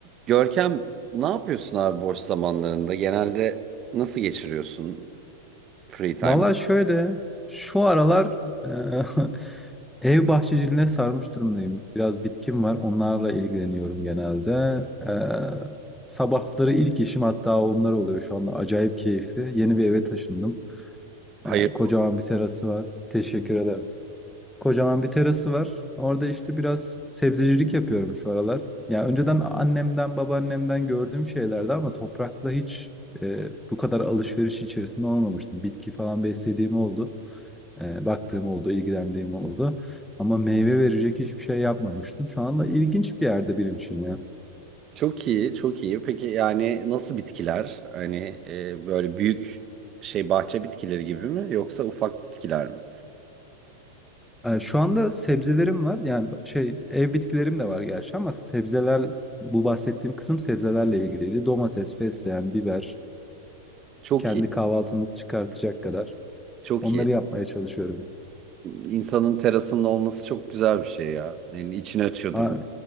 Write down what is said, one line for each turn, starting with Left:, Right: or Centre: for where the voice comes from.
Right: Görkem ne yapıyorsun abi boş zamanlarında? Genelde nasıl geçiriyorsun free time?
Centre: Valla şöyle, şu aralar eee, <laughs> ev bahçeciliğine sarmış durumdayım. Biraz bitkim var, onlarla ilgileniyorum genelde. Eee, sabahları ilk işim hatta onlar oluyor şu anda. Acayip keyifli. Yeni bir eve taşındım.
Right: Hayır.
Centre: Eee, kocaman bir terası var. Teşekkür ederim. Kocaman bir terası var. Orada işte biraz sebzecilik yapıyorum şu aralar. Ya önceden annemden, babaannemden gördüğüm şeylerdi ama toprakla hiç e, bu kadar alışveriş içerisinde olmamıştım. Bitki falan beslediğim oldu. E, baktığım oldu, ilgilendiğim oldu. Ama meyve verecek hiçbir şey yapmamıştım. Şu anda ilginç bir yerde benim için ya.
Right: Çok iyi, çok iyi. Peki yani nasıl bitkiler? Hani e, böyle büyük şey bahçe bitkileri gibi mi yoksa ufak bitkiler mi?
Centre: E, şu anda sebzelerim var. Yani şey ev bitkilerim de var gerçi ama sebzeler bu bahsettiğim kısım sebzelerle ilgiliydi. Domates, fesleğen, biber,
Right: Çok
Centre: kendi
Right: iyi,
Centre: kahvaltımı çıkartacak kadar.
Right: çok
Centre: Onları
Right: iyi.
Centre: yapmaya çalışıyorum.
Right: İnsanın terasının olması çok güzel bir şey ya. Yani içini açıyordur
Centre: Ha,
Right: mu